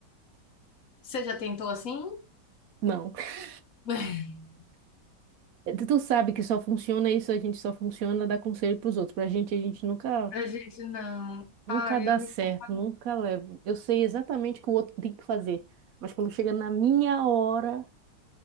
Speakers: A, on the left; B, on the right.
A: Você já tentou assim?
B: Não. <laughs>
A: <laughs>
B: Eh, Tu tu sabe que só funciona isso, a gente só funciona dar conselho pros outros. Pra gente, a gente nunca,
A: Pra gente não.
B: nunca
A: Ah,
B: dá
A: eu
B: certo,
A: me confundo.
B: nunca leva. Eu sei exatamente o que o outro tem que fazer. Mas quando chega na minha hora,